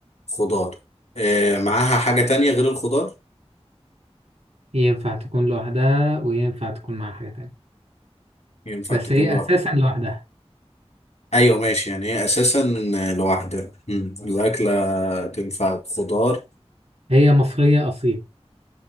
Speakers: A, on the left; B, on the right.
A: خضار آه، معاها حاجه تانية غير الخضار
B: ينفع تكون لوحدها وينفع تكون مع حاجه تانية
A: ينفع
B: بس
A: تكون
B: هي
A: لوحدها
B: اساسا لوحدها
A: ايوه ماشي يعني هي اساسا لوحدها مم. الاكله تنفع خضار
B: هي مصريه اصيل